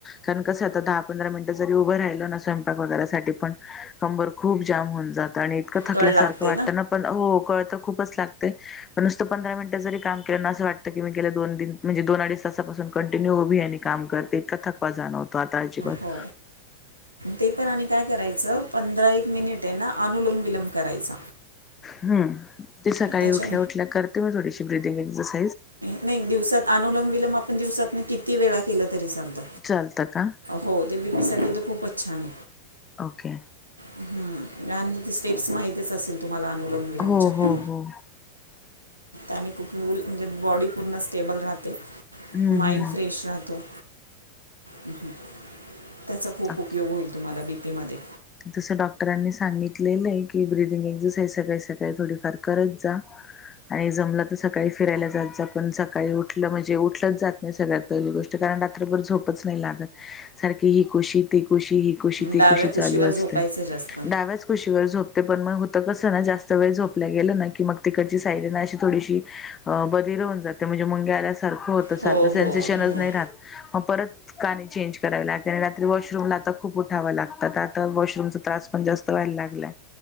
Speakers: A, on the left (about 20°); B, on the right (about 85°).
A: कारण, कसं आता दहा, पंधरा मिनिटं जरी उभं राहिल ना, स्वयंपाक वगैरेसाठी पण कंबर खूप जाम होऊन जात आणि इतकं थकल्यासारखं
B: कळ लागते
A: वाटतं ना, पण हो कळत खूपच लाग ते. नुसत पंधरा मिनटं जरी काम केलं ना, असं वाटतं की, मी गेल्या दोन, तीन म्हणजे दोन, अडीच तासापासून कंटिन्यू उभी आहे आणि काम कर <unintelligible> इतका जाणवतो आता अजिबात
B: हो, ते पण आणि काय करायचं पंधरा एक मिनिट आहे ना, अनुलोम विलंब करायच.
A: हं, ते सकाळी
B: त्याच्या
A: उठल्या, उठल्या करते मी थोडीशी ब्रिदिंग एक्सरसा
B: नाही, दिवसात अनुलंम विलम आपण दिवसातन किती वेळा केलं तरी चालत.
A: चालतं का
B: हो, ते बीपी साठी तर खूपच छान.
A: ओके.
B: हम्म. लहान म्हणजे स्टेप्स माहितीच असेल तुम्हाला अनुलोम विलमच्या?
A: हो हो हो
B: आणि खूप मूल म्हणजे, बॉडी पूर्ण स्टेबल राहते.
A: हम्म
B: माइंड
A: हम्म
B: फ्रेश राहतो. <unintelligible> त्याचा खूप
A: ओके
B: उपयोग होईल तुम्हाला बीपीमध्ये.
A: तसं डॉक्टरांनी सांगितलेलं आहे की, ब्रिदिंग एक्झरसाइज सकाळी, सकाळी थोडीफार करत जा. आणि जमलं तर सकाळी फिरायला जात जा, पण सकाळी उठलं म्हणजे उठलं जात सगळ्यात पहिली गोष्ट कारण रात्रभर झोपच नाही लागत, सारखी ही कुशी, ती कुशी, ही कुशी, ती
B: डाव्या
A: कुशी
B: कुशीवर
A: चालू असत.
B: झोपायचं जास्त
A: म्हणूनच कुशीवर झोपते, पण होत कस ना, जास्त वेळ झोपली गेलं ना, की तिकडची साइड ना अशी थोडीशी अ बदिर होऊन जात, म्हणजे मुंगे आल्यासारखं होतं,
B: हो
A: सारखं सेन्सेशनच
B: हो हो
A: नाही राहत. मग परत काणी चेंज करावे लागते आणि रात्री वॉशरूमला आता खूप उठावं लागत. त. वॉशरूमचा त्रास पण जास्त व्हायला लागला.